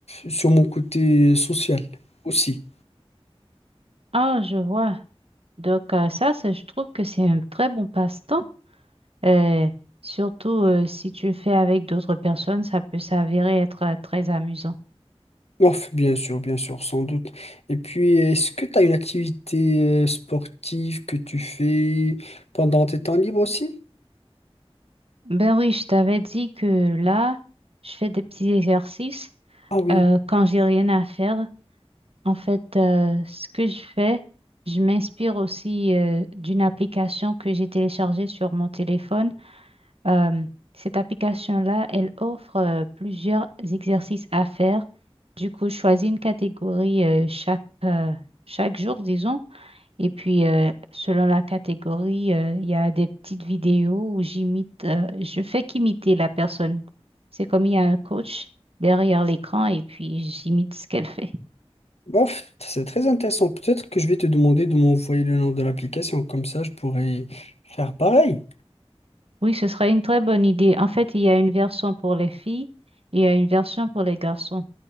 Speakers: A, on the left; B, on the right.
A: sur mon côté social aussi.
B: Ah, je vois. Donc, euh, ça, ça, je trouve que c'est un très bon passe-temps. Euh, surtout euh, si tu le fais avec d'autres personnes, ça peut s'avérer être euh, très amusant.
A: Ouf, bien sûr, bien sûr, sans doute. Et puis, est-ce que tu as une activité euh, sportive que tu fais pendant tes temps libres aussi?
B: Ben oui, je t'avais dit que là, je fais des petits exercices
A: Ah oui.
B: euh, quand j'ai rien à faire. En fait, euh, ce que je fais, je m'inspire aussi euh, d'une application que j'ai téléchargée sur mon téléphone. Euh, cette application-là, elle offre euh, plusieurs exercices à faire. Du coup, je choisis une catégorie euh, chaque, euh, chaque jour, disons. Et puis, euh, selon la catégorie, euh, il y a des petites vidéos où j'imite, euh, je fais qu'imiter la personne. C'est comme il y a un coach derrière l'écran et puis j'imite ce qu'elle <laughs> fait.
A: Bof, c'est très intéressant. Peut-être que je vais te demander de m'envoyer le nom de l'application, comme ça je pourrais faire pareil.
B: Oui, ce serait une très bonne idée. En fait, il y a une version pour les filles et il y a une version pour les garçons.